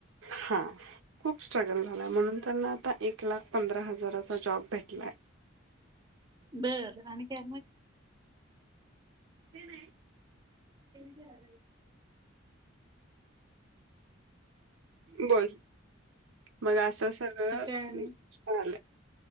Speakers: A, on the right; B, on the right.
A: हा खूप स्ट्रगल झाला म्हणून त्यांना आता एक लाख पंधरा हजार अस जॉब भेटलाय
B: बर आणि काय मग
A: ते नाही
B: <unintelligible> मग
A: बोल मग असं सगळं
B: काय आणि
A: झालंय.